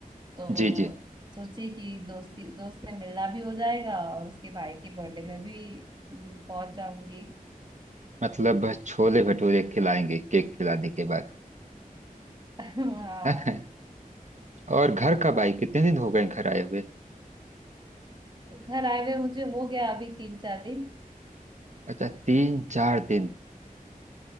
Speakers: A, on the right; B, on the right.
A: तो
B: जी जी
A: सोची कि दोस्ती दोस्त से मिलना भी हो जाएगा और उसके भाई के बर्थडे में भी हम्म, पहुंच जाऊंगी
B: मतलब बस छोले भटूरे खिलाएंगे केक खिलाने के बाद
A: <laughs> हाँ
B: <laughs> और घर कब आई कितने दिन हो गए घर आए हुए
A: घर आए हुए मुझे हो गया अभी तीन चार दिन
B: अच्छा तीन चार दिन